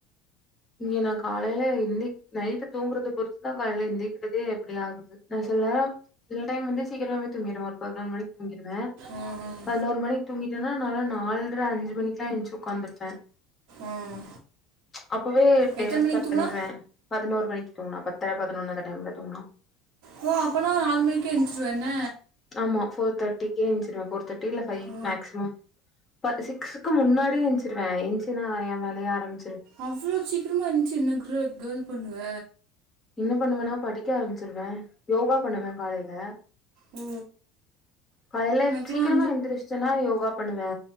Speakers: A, on the left (about 20°); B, on the right (about 70°).
A: இங்க நா காலேல எந்திக் நைட்டு தூங்குறத பொறுத்துதா காலேல எந்திக்கிறதே அப்டி ஆகுது நா சில நேரம் சில டைம் வந்து சீக்கிரமே தூங்கிருவே ஒரு பதினோரு மணிக்கி தூங்கிருவே
B: ம் ம்
A: பதினோரு மணிக்கி தூங்கிட்டேன்னா நாலா நால்ற அஞ்சி மணிக்குல்லா எந்திச்சி உக்காந்துருப்பே
B: ம்
A: அப்பவே டேவ
B: எத்தன மணிக்கு
A: ஸ்டார்ட்
B: தூங்குனா
A: பண்ணிருவே பதினோரு மணிக்கு தூங்குனா பத்தரை பதினொன்னு அந்த டைம்ல தூங்குனா
B: ஓ அப்பன்னா நாலு மணிக்கே எந்திச்சிருவ என்ன
A: ஆமா ஃபோர் தேர்ட்டிக்கே எந்திச்சிருவே ஃபோர் தேர்ட்டி இல்ல ஃபைவ்
B: ஓ
A: மேக்சிமம் அப்ப சிக்ஸுக்கு முன்னாடியே எஞ்சிருவே எஞ்ச்சி நா ஏ வேலைய ஆரம்
B: அவ்ளோ சீக்கரமா எந்திச்சி என்ன க கேர்ள் பண்ணுவ
A: என்ன பண்ணுவேன்னா படிக்க ஆரம்பிச்சிருவே யோகா பண்ணுவே காலேல
B: ஓ
A: காலேல
B: எனக்கெல்லாம்
A: சீக்கிரமா எந்திரிச்சிட்டேன்னா யோகா பண்ணுவே